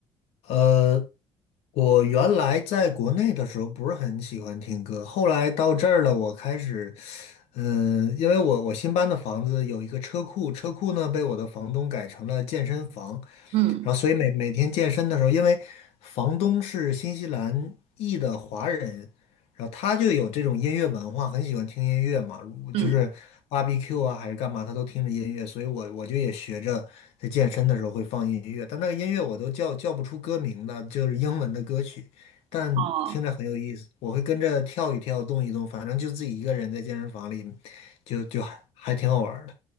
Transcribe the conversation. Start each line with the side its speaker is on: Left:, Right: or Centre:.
Left: 呃。我原来在国内的时候不是很喜欢听歌，后来到这儿了，我开始，嗯，因为我我新搬的房子有一个车库，车库呢被我的房东改成了健身房，
Right: 嗯
Left: 然后所以每每天健身的时候，因为房东是新西兰裔的华人，然后他就有这种音乐文化，很喜欢听音乐嘛，
Right: 嗯，
Left: 就是 BBQ 啊还是干嘛，他都听着音乐，所以我我就也学着在健身的时候会放音乐，但那个音乐我都叫叫不出歌名的，就是英文的歌曲，但听着很有意思，
Right: 哦。
Left: 我会跟着跳一跳，动一动，反正就自己一个人在健身房里，就就还还挺好玩儿的。